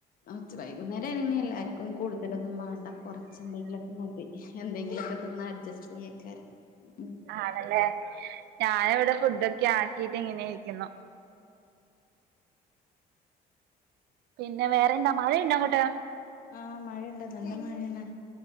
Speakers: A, on the left; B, on the right.
A: ച്ച് വൈകുന്നേര ആണെ എല്ലാർക്കും കൂടുതലൊന്നും വാണ്ട കൊറച്ചന്തെങ്കിലൊക്കെ മതി എന്തെങ്കിലൊക്കെ തിന്ന് അഡ്ജസ്റ്റ്യ്യക്കാര ഉം
B: ആണല്ലേ ഞാനവടെ ഫുഡൊക്കെ ആക്കിട്ട് ഇങ്ങനെ വെക്കുന്നു. പിന്നെ വേറെ ന മഴ ഇണ്ടോ അങ്ങട്ട്
A: ആഹ് മഴണ്ട് നല്ല മഴേണ്